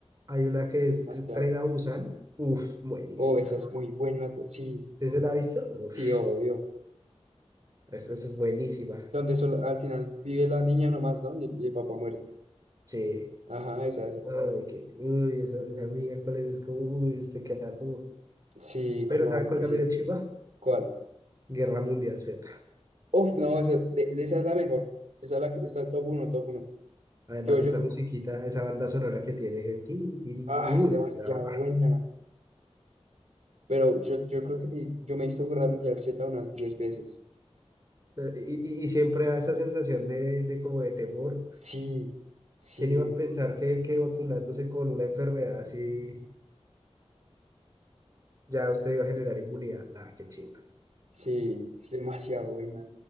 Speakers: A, on the right; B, on the right.
A: Hay una que es
B: Demasiado.
A: t- Tren a Busan. Uf, buenísima.
B: Oh, esa es muy buena. t- Sí,
A: ¿Sí se la ha visto? Uf,
B: sí, obvio.
A: es- esa es buenísima.
B: Donde solo, al final vive la niña nomás, ¿no? Y, el y el papá muere.
A: Sí.
B: Ajá, esa, esa.
A: Ay, que, uy, esa, esa amiga, ¿cuál es? Es como, uy, usted queda como...
B: Sí,
A: Pero
B: como aburrido.
A: ¿sabe cuál también es chiva?
B: ¿Cuál?
A: Guerra Mundial Z.
B: Uf, no, esa, de- de esa es la mejor. Esa es la que está top uno, top uno.
A: Además,
B: Yo, yo,
A: esa musiquita, esa banda sonora que tiene... je- tin, tirin,
B: ah,
A: Uy,
B: es demasiado
A: ah.
B: buena. Pero yo, yo creo que mi- yo me he visto Guerra Mundial Z unas diez veces.
A: Y, y- y siempre da esa sensación de, de como de temor.
B: Sí, sí,
A: ¿Quién iba a pensar que, que vacunándose con una enfermedad así... ya usted iba a generar inmunidad. Nada, qué chimba.
B: sí, es demasiado buena.